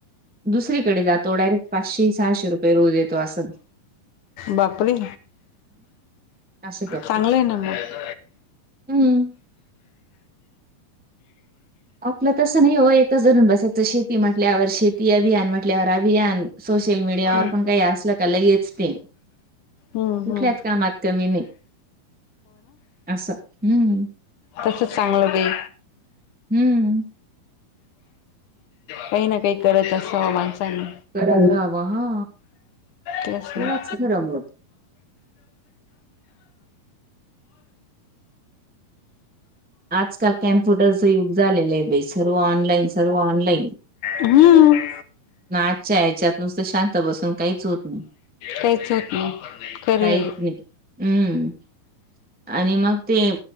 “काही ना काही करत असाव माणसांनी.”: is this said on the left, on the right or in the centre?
Left